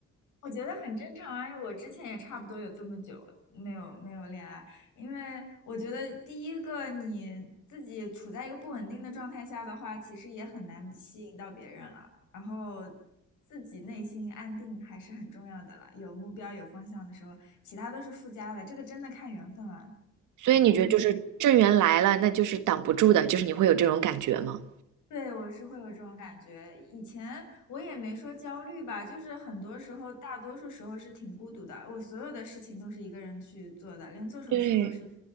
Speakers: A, on the left; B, on the right.
A: 我觉得很正常啊，因为我之前也差不多有这么久没有没有恋爱，因为我觉得第一个你自己处在一个不稳定的状态下的话，其实也很难吸引到别人了。然后自己内心安定还是很重要的了，有目标有方向的时候，其他都是附加的，这个真的看缘分了，
B: 所以你觉得就是正缘来了，
A: 不用太。
B: 那就是挡不住的，就是你会有这种感觉吗？
A: 对，我是会有这种感觉。以前我也没说焦虑吧，就是很多时候，大多数时候是挺孤独的。我所有的事情都是一个人去做的，连做手术都是一个
B: 对，